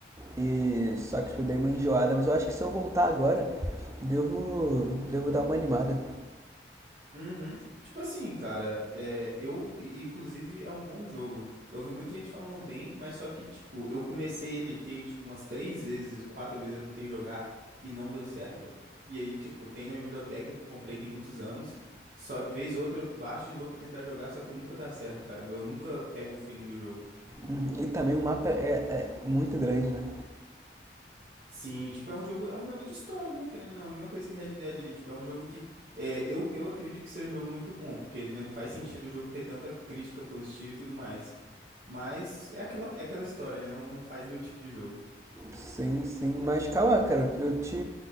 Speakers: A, on the right; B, on the right.
A: e só que eu dei uma enjoada, mas eu acho que se eu voltar agora, devo devo dar uma animada.
B: Uhum. Tipo assim, cara, é, eu, i- inclusive, é um bom jogo. Eu vi muita gente falando bem, mas só que, tipo, eu comecei ele tem, tipo, umas três vezes, quatro vezes eu tentei jogar e não deu certo. E aí, tipo, tem na biblioteca que eu comprei tem muitos anos. Só vez ou outra eu baixo de novo pra tentar jogar, só que nunca dá certo, cara. Eu nunca pego o feeling do jogo.
A: Hum, E também o mapa é, é muito grande, né?
B: Sim, tipo, é um jogo, é um jogo de história, né? Querendo ou não, é a mesma coisa que Red Dead ali, tipo, é um jogo que é, eu, eu acredito que seja um jogo muito bom, porque né, não faz sentido o jogo ter tanta crítica positiva e tudo mais. Mas é aquela, é aquela história, né? Não, não faz meu tipo de jogo.
A: Sim, sim, mas calma, cara, eu te,